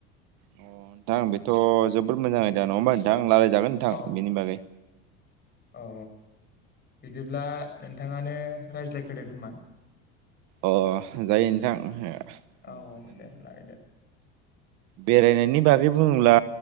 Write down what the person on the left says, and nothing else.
अ
औ बिदिब्ला नोंथाङानो रायज्लायग्रोदो खोमा
औ औ
दे रायलायदो